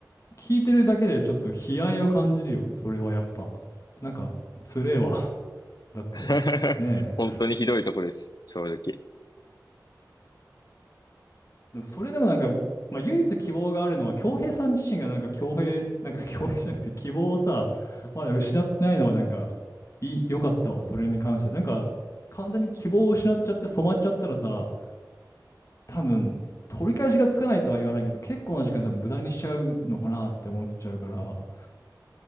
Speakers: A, on the left (about 45°); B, on the left (about 65°).
A: 聞いてるだけでちょっと悲哀を感じるよ。それはやっぱ。なんか、つれえわ。<laughs> だって、
B: <laughs>
A: ね
B: 本当にひどいとこです。正直。
A: え。それでもなんか、まあ、唯一希望があるのは、恭平さん自身がなんか恭平、なんか恭平じゃなくて希望をさ、まだ失ってないのはなんか、いい、良かったわ、それに関して。なんか、完全に希望を失っちゃって染まっちゃったらさ、多分、取り返しがつかないとは言わないけど、結構な時間多分無駄にしちゃうのかなって思っちゃうから、